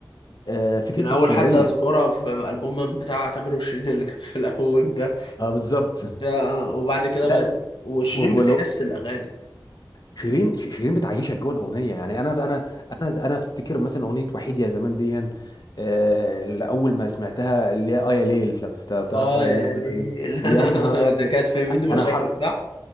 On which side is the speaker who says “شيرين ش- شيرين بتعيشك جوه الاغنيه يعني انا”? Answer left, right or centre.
Left